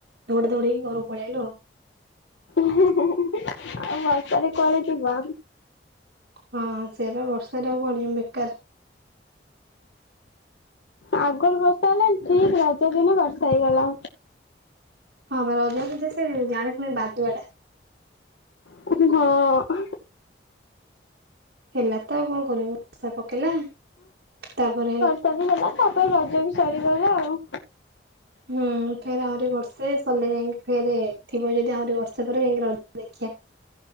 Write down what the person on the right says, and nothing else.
ଦୋଡ଼ା ଦୋଡି ହେଇକି ଘରକୁ ପଳେଇଆଇଲୁ।
ହଁ ସେୟାବା ବର୍ଷାରେ ଆଉ କୁଆଡେ ଯିବୁ ବେକାର।
ହଁ ବା ରଜ ଯେ ସେ ଜାଣି ଶୁଣି ବାଦୁଆ ଟା।
ହେଲା ତ ଆଉ କଣ କରିବା ବର୍ଷା ପକେଇଲା ତାପରେ ହେଲା।
ହୁଁ ଫେରେ ଆହୁରି ବର୍ଷେ ସରିଲେ ଯାଇକି ଫେରେ ଥିବ ଯଦି ଆହୁରି ବର୍ଷେ ପରେ ଯାଇକି ରଜ ଦେଖିବା।